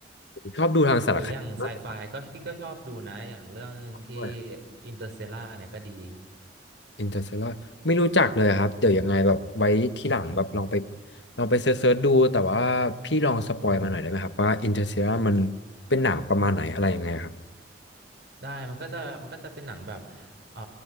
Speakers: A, on the left; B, on the right.
A: ผมชอบดูทางสารคดีมากกว่า
B: หรืออย่างไซไฟก็พี่ก็ชอบดูนะอย่างเรื่องหนึ่งที่
A: ด้วย
B: อินเตอร์สเตลาเนี่ยก็ดี
A: อินเตอร์เตลาไม่รู้จักเลยครับเดี๋ยวยังไงแบบไว้ทีหลังแบบลองไปลองไปเซิร์ชๆดูแต่ว่าพี่ลองสปอยมาหน่อยได้ไหมครับว่าอินเตอร์เตลามันเป็นหนังประมาณไหนอะไรยังไงครับ
B: ได้มันก็จะมันก็จะเป็นหนังแบบเอ่อ